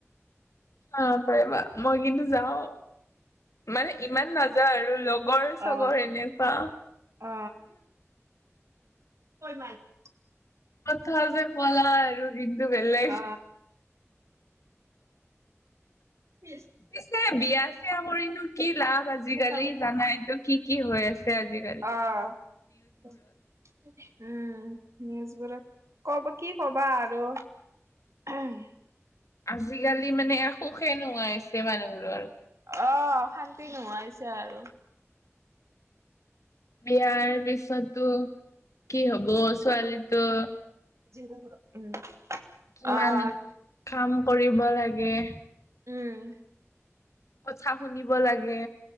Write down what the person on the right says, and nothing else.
অ
অ <unintelligible>
আ কিছ
কথা
আহ উম নিউজবোৰক কব কি কবা আৰু উম
অ শান্তি নোহোৱা‌ হৈছে আৰু
অ <unintelligible> উম
আহ
উম